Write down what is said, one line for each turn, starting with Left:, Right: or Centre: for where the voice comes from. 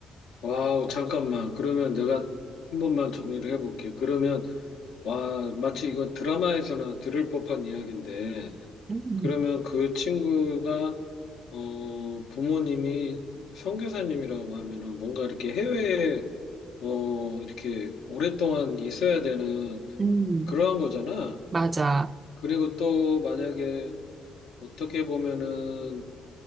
Left: 와우, 잠깐만. 그러면 내가 한 번만 정리를 해볼게. 그러면, 와, 마치 이건 드라마에서나 들을 법한 이야기인데,
Right: 음,
Left: 그러면 그 친구가 어 부모님이 선교사님이라고 하면은 뭔가 이렇게 해외에 어 이렇게 오랫동안 있어야 되는
Right: 음,
Left: 그러한 거잖아.
Right: 맞아.
Left: 그리고 또 만약에 어떻게 보면은